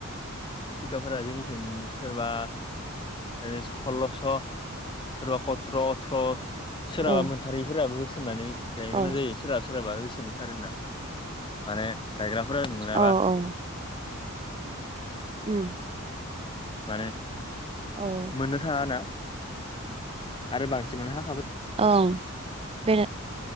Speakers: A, on the left; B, on the right.
A: थिखाफोरा जोंनिथिं सोरबा सल्ल'स' सोरबा सथ्र' अथ्र' सोरहाबा
B: औ
A: मोनथारैफोराबो होसोमनानै गायनो गोनां
B: औ
A: जायो सोराबा सोरहाबा होसोम थारोना माने गायग्राफोरा मोनाबा
B: औ औ उम
A: माने
B: औ
A: मोननो थाङा ना आरो बांसिनानो हा
B: ओं बे